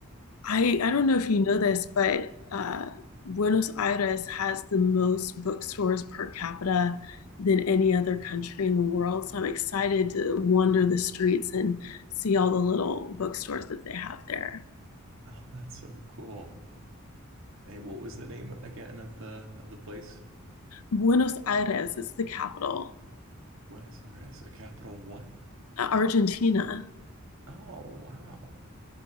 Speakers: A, on the left; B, on the right.
A: I I don't know if you know this, but uh, Buenos Aires has the most bookstores per capita than any other country in the world. So I'm excited to wander the streets and see all the little bookstores that they have there.
B: Oh, that's so cool. Hey, what was the name again of the of the place?
A: Buenos Aires is the capital,
B: Buenos Aires, a capital of what?
A: uh, Argentina.
B: Oh, wow.